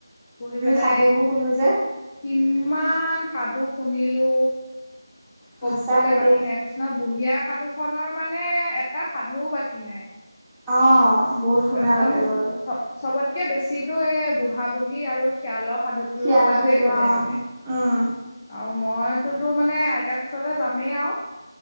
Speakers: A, on the left (about 20°); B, in the centre.
A: বহি পেলাই
B: সাধুবোৰ শুনো যে।
A: কিমান সাধু শুনিলো কবলৈ
B: সঁচাকে
A: বাকী
B: দেই
A: নাই কৈছো ন বুঢ়িয়া সাধুখনৰ মানে এটা সাধুও বাকী নাই।
B: অ'। বহুত শুনা
A: একদম
B: আগতে গ'ল
A: চব-চবতকে বেছিতো এ বুঢ়া বুঢ়ী আৰু শিয়ালৰ সাধুটো
B: শিয়ালৰ
A: সাধুৱে
B: সেইটো
A: ক'লে মানে।
B: অ'।
A: আৰু মইতোতো মানে আইতাক কোচলে যামেই আৰু।